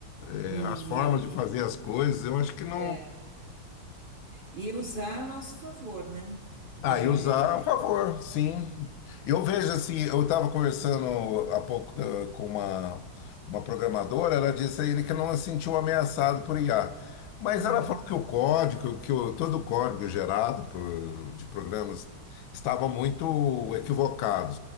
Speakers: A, on the right; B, on the left.
A: e,
B: É, as formas de fazer as coisas. Eu acho que não
A: é, e usar a nosso favor, né?
B: Ah,
A: É,
B: e usar a favor, sim. Eu vejo assim, eu estava conversando há pouco eh, com uma, uma programadora, ela disse a ele que não se sentiu ameaçado por IA. Mas
A: uhum,
B: ela falou que o código, que o, todo o código gerado por, de programas estava muito equivocado.